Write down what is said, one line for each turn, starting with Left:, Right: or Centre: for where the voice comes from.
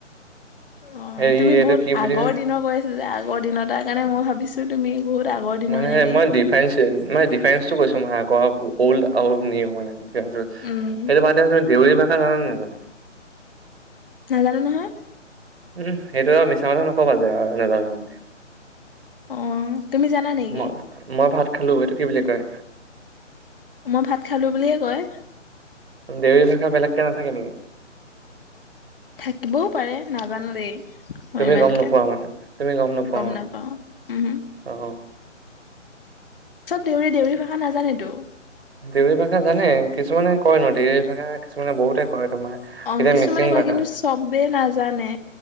Left: অ,
Right: হেৰি
Left: তুমি
Right: এইটো
Left: বহুত
Right: কি বুলি
Left: আগৰ
Right: কয়
Left: দিনৰ কৈ আছা যে, আগৰ দিনৰ, তাৰ কাৰণে মই ভাবিছো তুমি বহুত আগৰ দিনৰ
Right: মানে
Left: নেকি।
Right: মই ডিফাৰেঞ্চ, মানে ডিফাৰেঞ্চটো কৈছোঁ মই আগৰ অল্ড আৰু নিউ মানে, দিফেৰেন।
Left: উম
Right: সেইটো বাদ দিয়া <unintelligible> তুমি দেউৰী ভাষা জানা নে নাজানা?
Left: নাজানো নহয়।
Right: উম সেইটো আৰু মিছা কথা নক'বা যে আৰু নাজানো বুলি।
Left: অ তুমি জানা নেকি?
Right: মই মই ভাত খালো এইটো কি বুলি কয়?
Left: মই ভাত খালো বুলিয়ে কয়।
Right: দেউৰী ভাষা বেলেগকে নাথাকে নেকি?
Left: থাকিবও পাৰে নাজানো দেই। মই
Right: তুমি
Left: ইমানকে
Right: গম নোপোৱা মানে, তুমি গম নোপোৱা মানে,
Left: নাপাও উম
Right: অ।
Left: চব দেউৰী দেউৰী ভাষা নাজানেটো।
Right: দেউৰী ভাষা জানে কিছুমানে কয় ন দেউৰী ভাষা কিছুমানে বহুতে কয় তোমাৰ।
Left: অ
Right: এতিয়া
Left: কিছুমানে
Right: মিচিং
Left: কয়
Right: ভাষা
Left: কিন্তু চবেই নাজানে।